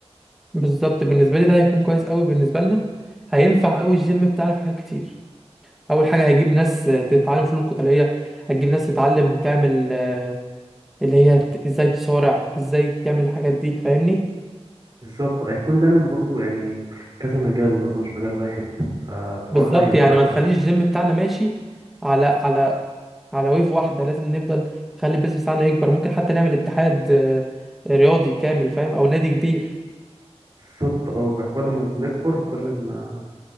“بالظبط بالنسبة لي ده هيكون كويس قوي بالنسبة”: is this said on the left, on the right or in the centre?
Centre